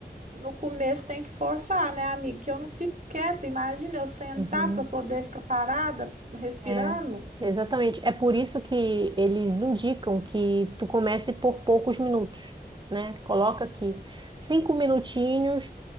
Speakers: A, on the right; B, on the right.
A: no começo tem que forçar, né, amigo? Que eu não fico quieta. Imagina eu sentar
B: Uhum.
A: para poder ficar parada, respirando.
B: É, exatamente. É por isso que eles indicam que tu comece por poucos minutos, né? Coloca aqui cinco minutinhos